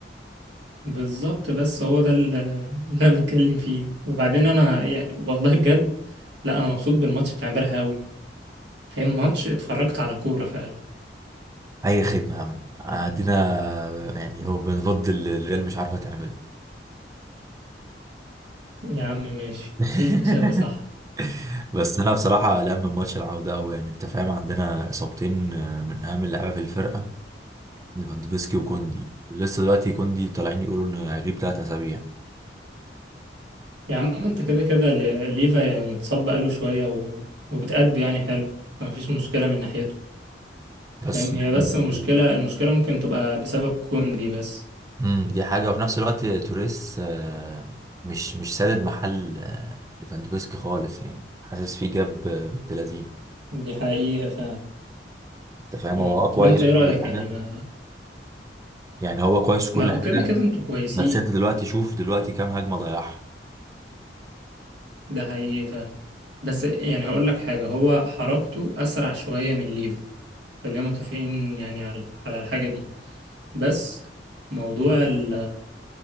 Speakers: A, on the right (about 80°); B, on the right (about 20°).
A: بالظبط بس هو ده ال- اللي انا بتكلم فيه وبعدين انا يعني والله بجد لا انا مبسوط بالماتش بتاع امبارح قوي فاهم ماتش اتفرجت على كورة فعلا
B: <laughs> اي خدمه يا عم ادينا يعني هو بنرد اللي الريال مش عارفه تعمله
A: يا عم ماشي
B: <laughs>
A: اللي انت شايفه صح
B: بس انا بصراحه قلقان من ماتش العوده قوي يعني انت فاهم عندنا اصابتين من اهم اللعيبه في الفرقه ليفاندوفسكي وكوندي ولسه دلوقتي كوندي طالعين يقولوا انه هيغيب ثلاث اسابيع
A: يا عم انت كده كده لي- ليفا يعني متصاب بقاله شوية و... وبتأدي يعني حلو مفيش مشكلة من ناحيته
B: بس
A: فاهم
B: يعني
A: هي بس المشكلة المشكلة ممكن تبقى بسبب كوندي بس
B: امم دي حاجة وفي نفس الوقت توريس آه، مش مش سادد محل آه، ليفاندوفسكي خالص يعني حاسس فيه جاب آه، بنت لذينه
A: دي حقيقة فعلا
B: انت فاهم
A: مم.
B: هو اه كويس
A: طب انت ايه
B: في
A: رأيك
B: كل حاجة
A: يعني ما
B: يعني هو كويس في كل
A: ما
B: حاجة
A: كده كده انتوا كويسين
B: بس انت دلوقتي شوف دلوقتي كام هجمة ضيعها
A: ده حقيقي فعلا بس يعني هقول لك حاجة هو حركته أسرع شوية من ليفا خلينا متفقين يعني على على الحاجة دي بس موضوع ال-